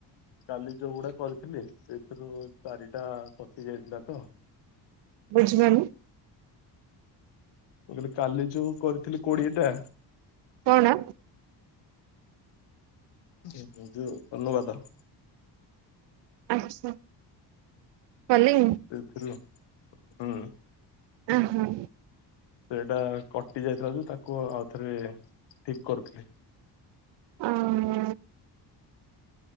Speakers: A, on the left (about 85°); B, on the right (about 75°).
A: କାଲି ଯୋଉଗୁଡା କରିଥିଲି, ସେଥିରୁ ଚାରିଟା କଟି ଯାଇଥିଲା ତ
B: ବୁଝବେନି
A: ମୁଁ କହିଲି କାଲି ଯୋଉ କରିଥିଲି କୋଡିଏଟା
B: କଣ?
A: ଯୋଉ ଅନୁବାଦ
B: ଆଛା, କାଲି?
A: ହାଲୋ, ହୁଁ
B: ଉଁ ହୁଁ।
A: ସେ ସେଇଟା କଟି ଯାଇଥିଲା ଯଉ, ତାକୁ ଆଉଥରେ ଠିକ୍ କରୁଥିଲି।
B: <unintelligible>